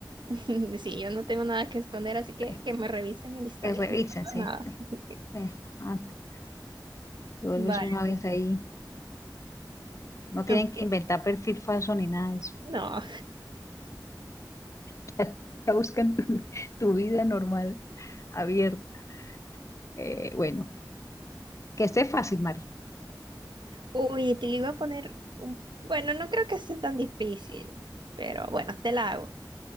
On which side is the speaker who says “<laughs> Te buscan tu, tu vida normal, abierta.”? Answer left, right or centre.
Left